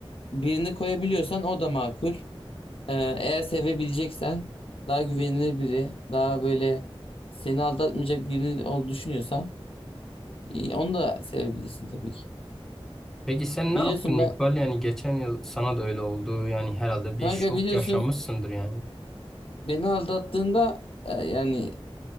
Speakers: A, on the left; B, in the centre.
A: birini koyabiliyorsan o da makul ee, eğer sevebileceksen daha güvenilir biri, daha böyle seni aldatmayacak biri olduğunu düşünüyorsan e, onu da sevebilirsin tabii ki.
B: Peki sen ne
A: Biliyorsun
B: yaptın İkbal?
A: ben
B: Yani geçen yıl sana da öyle oldu. Yani herhalde bir
A: kanka
B: şok
A: biliyorsun
B: yaşamışsındır yani.
A: beni aldattığında e, yani